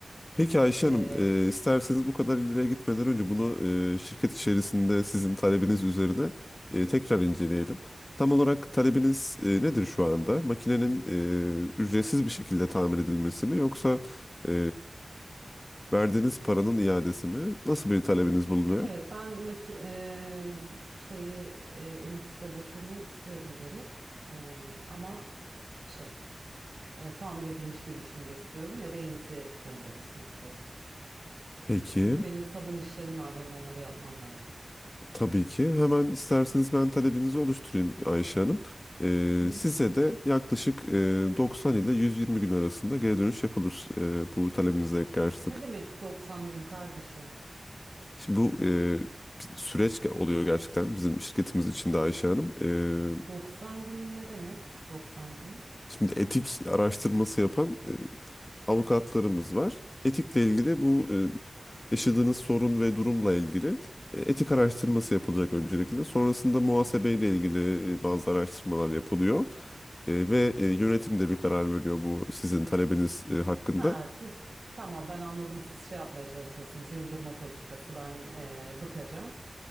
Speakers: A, on the left (about 30°); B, on the right (about 55°).
A: Peki Ayşe
B: Eee,
A: Hanım, e, isterseniz bu kadar ileriye gitmeden önce bunu e, şirket içerisinde sizin talebiniz üzerine e, tekrar inceleyelim. Tam olarak talebiniz e, nedir şu anda? Makinenin e, ücretsiz bir şekilde tamir edilmesi mi yoksa e, verdiğiniz paranın iadesi mi? Nasıl bir talebiniz bulunuyor?
B: evet ben maki eee, z- şeyi eee, MX robotumu istiyorum geri. Eee, ama şey e, tamir edilmiş bir biçimde istiyorum ya da yenisi gönderilsin istiyorum.
A: Peki.
B: Çünkü benim sabun işlerim var, benim onları yapmam lazım.
A: Tabii ki. Hemen isterseniz ben talebinizi oluşturayım Ayşe Hanım. Ee,
B: Hı hı.
A: size de yaklaşık e, 90 ile 120 gün arasında geri dönüş yapılır e, bu talebinize karşılık.
B: Ne demek 90 gün kardeşim?
A: Şimdi bu e, bir süreç ge- oluyor gerçekten bizim şirketimiz için de Ayşe Hanım. Ee,
B: 90 gün ne demek? 90 gün.
A: Şimdi etik araştırması yapan e, avukatlarımız var. Etikle ilgili bu e, yaşadığınız sorun ve durumla ilgili e, etik araştırması yapılacak öncelikle. Sonrasında muhasebeyle ilgili e, bazı araştırmalar yapılıyor. E, ve e, yönetim de bir karar veriyor bu sizin talebiniz e, hakkında.
B: Ha siz tamam ben anladım siz şey yapmaya çalışıyorsunuz yıldırma politikası ben e, bıkacağım.